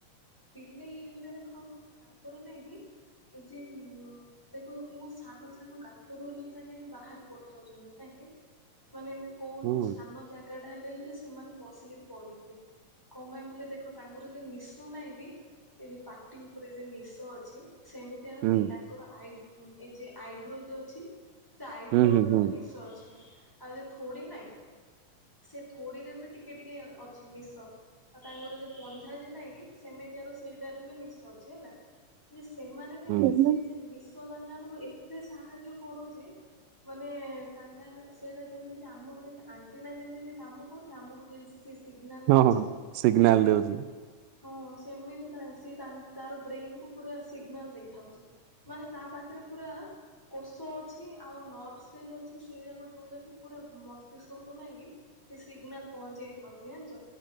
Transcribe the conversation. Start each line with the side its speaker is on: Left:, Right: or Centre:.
Centre: ବିଲେଇ ବିଲା ଦେଖ ତାଙ୍କର ନାଇଁ କି ଏ ଯେ ଦେଖ କୋଉ ସାନ ସାନ ଗାତ ରୁ ହେଲେକି ତାଙ୍କେ ମାନେ ବାହାରି ପଡିଥାଉଛନ୍ତି ନାଇ କି? ମାନେ ଏମତି କୋଉ
Right: ହୁଁ
Centre: ସାନ ଜାଗାଟା ହେଲେଲେ ସେମାନେ ପଶିକିରି ପଳେଇଥେ କଣ ପାଇଁ ବୋଲେ ଦେଖ ତାଙ୍କର ଯୁ ନିଶ ନାଇଁ କି ଏ ଯ ପାଟି ଉପରେ ଯୁ ନିଶ ଅଛି ସେମିତିଆର
Right: ହୁଁ।
Centre: ନାଇଁ ତାଙ୍କର ଆଇବ୍ରୋ ଏ ଯେ ଆଇବ୍ରୋ ଯ ଅଛି ସେ ଆଇବ୍ରୋ
Right: ହୁଁ ହୁଁ
Centre: ଉପରେ
Right: ହୁଁ
Centre: ବି ନିଶ ଅଛି। ଆଉ ଯେ ଥୋଡି ନାଇଁ ସେ ଥୋଡି ରେ ବି ଟିକେ ଟିକେ ଅଛି ନିଶ। ଆଉ ତାଙ୍କର ଯୋଉ ପଞ୍ଝା ଯେ ନାଇଁ କି ସେମିତି ଆରୁ ସେଇଟାରେ ବି ନିଶ ଅଛି ହେଲା। ଯେ ସେମାନେ ନାଇଁକି
Right: ହୁଁ
Centre: ସେ ଯେ ନିଶ ତାଙ୍କ ମାନଙ୍କୁ ଏତେ ସାହାଯ୍ୟ କରୁଛି ମାନେ ତାଙ୍କମାନେ ସେଇଟା ଯେମିତି ଯେ ଆମର ଯେମତି ଆଣ୍ଟିନା ଯେମିତି କାମ କରୁନି ଆମକୁ ଯେ ସେ ସିଗନାଲ
Right: ହଁ
Centre: ଦେଉଛି
Right: ହଁ ସିଗ୍ନାଲ
Centre: ସେମିତି
Right: ଦଉଛି
Centre: ହଁ ସେମିତି ସିଏ ତା ତାର ବ୍ରେନକୁୁ ପୁରା ସିଗ୍ନାଲ ଦେଇଥାଉଛି। ମାନେ ତା ପାଖରେ ପୁରା କୋଷ ଅଛି ଆଉ ନର୍ଭ ସେଲ ଅଛି ସେଇ ଯାକ ଯୋଉ ଯାକି ପୁରା ମସ୍ତିଷ୍କକୁ ନାଇଁକି ସେ ସିଗ୍ନାଲ ପହଞ୍ଚେଇ ଥାଉଛି ଜାଣିଛ।